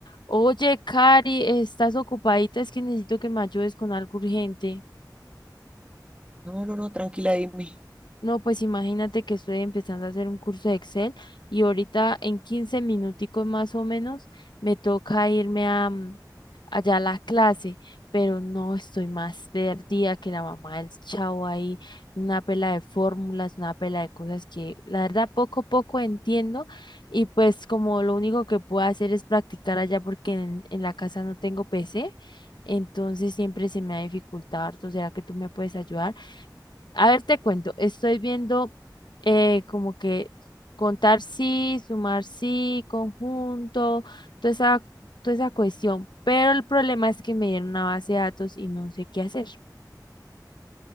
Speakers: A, on the left; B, on the right.
A: Oye, Cari, ¿estás ocupadita? Es que necesito que me ayudes con algo urgente.
B: No, no, no, tranquila, dime.
A: No, pues imagínate que estoy empezando a hacer un curso de Excel y ahorita en 15 minuticos más o menos me toca irme a, mm, allá a la clase, pero no estoy más perdida que la mamá del chavo ahí, una pela de fórmulas, una pela de cosas que la verdad poco a poco entiendo y pues como lo único que puedo hacer es practicar allá porque en, en la casa no tengo PC, entonces siempre se me ha dificultado harto, ¿será que tú me puedes ayudar? A ver, te cuento, estoy viendo eh, como que contar sí, sumar sí, conjunto, toda esa, toda esa cuestión, pero el problema es que me dieron una base de datos y no sé qué hacer.